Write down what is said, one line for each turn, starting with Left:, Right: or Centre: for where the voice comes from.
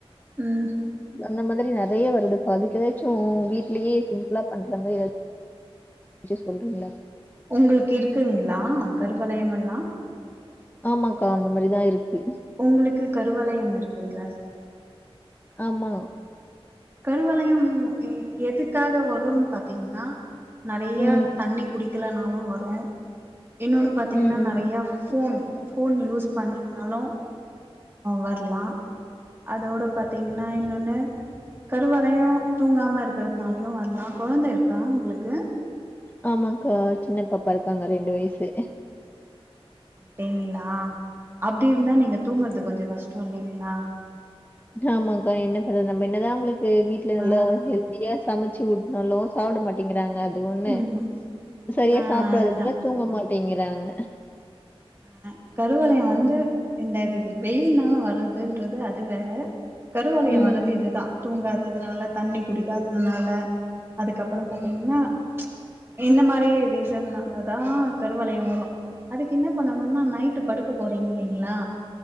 Right: ம்
Left: அந்த மாதுரி நெறைய வருதுக்கா அதுக்கு எதாச்சு வீட்லியே சிம்ப்புளா பண்ற மரி எதா சி சொல்றீங்ளா
Right: உங்குளுக்கு இருக்குங்ளா கருவளயம் எல்லா
Left: ஆமாக்கா அந்த மரிதா இருக்கு
Right: உங்குளுக்கு கருவளயம் இருக்குங்ளா
Left: ஆமாங்கோ
Right: கருவளயம் ம் எதுக்காக வரன் பாத்தீங்ன்னா நறைய
Left: ம்.
Right: தண்ணி குடிக்கிலனாலு வரு இன்னொன்னு பாத்தீங்கன்னா
Left: ம்.
Right: நறைய ஃபோன் ஃபோன் யூஸ் பண்ணிங்னாலு வர்லா அதோட பாத் திங்னா இன்னொன்னு கருவளயோ தூங்காம இருக்குறதுனால்யு வர்லா கொழந்த இருக்கா உங்ளுக்கு
Left: ஆமாக்கா சின்னப்பாப்பா இருக்காங்க ரெண்டு வய்சு
Right: டிங்ளா அப்டி இருந்தா நீங்க தூங்குற்து கொஞ்ச கஷ்ட்டோ இல்லைங்ளா
Left: ஆமாக்கா என்ன பண்றது நம்ப என்னதா அவுங்ளுக்கு வீட்ல
Right: ஆ
Left: நல்லா ஹெல்தியா சமச்சு உட் டலோ சாப்ட மாட்டேங்கிறாங்க அது ஒன்னு
Right: ம்
Left: சரியா
Right: ஆ
Left: சாப்டாதுனால
Right: அதுதா
Left: தூங்க மாட் டேங்கிறாங்க
Right: அ கருவளய வந்து இந்தக் வெயில்னால வர்றதுன்றது அது வேற கருவளய
Left: ம்.
Right: வரது இதுதா தூங்காததுனால தண்ணி குடிக்காததுனால அதுக்கப்புறோ பாத்தீங்னா இந்த மாரி ரீசன்னாலதா கருவளய வரு அதுக் என்ன பண்ணனுனா நைட் படுக்க போறீங் இல்லைங்ளா